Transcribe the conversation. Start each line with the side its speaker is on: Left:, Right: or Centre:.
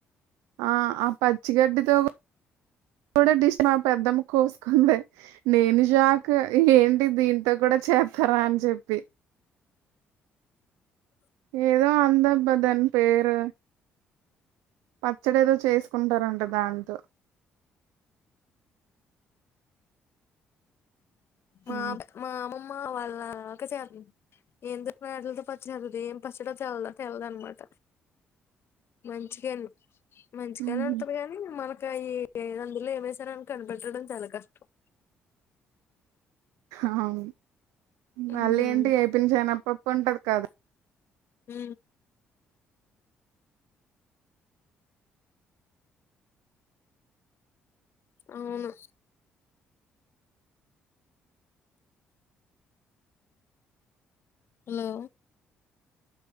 Right: ఆ ఆ పచ్చిగడ్డితో చూడ డిష్ మా పెద్దమ్మ కోసుకుంది. నేను షాక్ ఏంటి దీంతో కూడా చేస్తారా అని చెప్పి ఏదో ఉందబ్బా దాని పేరు పచ్చడి ఏదో చేసుకుంటారంట దాంతో
Left: మాబ్
Right: ఉ
Left: మా అమ్మమ్మ వాళ్ళ అక్క చేద్ ఏందోమే అటలతో పచ్చి జదుదు ఏం పచ్చడో తెలీదు తెలిదు అనమాట మంచిగయింది మంచిగానే
Right: ఉహు
Left: ఉంటది గాని మనకు అయి అందులో ఏమేసారని కనిపెట్టడం చాలా కష్టం
Right: అవును
Left: ఉమ్
Right: మళ్ళీ ఏంటి ఏపీన్ చెనాప్పడు ఉంటది కాదు
Left: ఉ అవును హలో